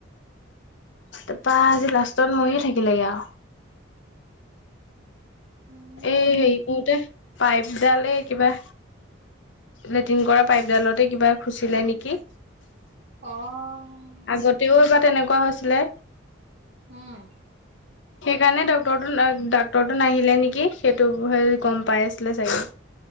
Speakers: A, on the left (about 65°); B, on the right (about 65°).
A: তাপা আজি লাষ্টত মইয়ে থাকিলেগে আও
B: উম।
A: এই হেই কৰোঁতে পাইপ ডাল এই কিবা লেটিন কৰা পাইপডালতে কিবা খুচিলে নেকি?
B: অঁ
A: আগতেও এবা তেনেকুৱা হৈছিলে।
B: অঁ
A: সেইকাৰণে ডক্টৰটো ন' ডাক্টৰটো নাহিলে নেকি সেইটো ভয় গ'ম পাই আছিলে চাগে।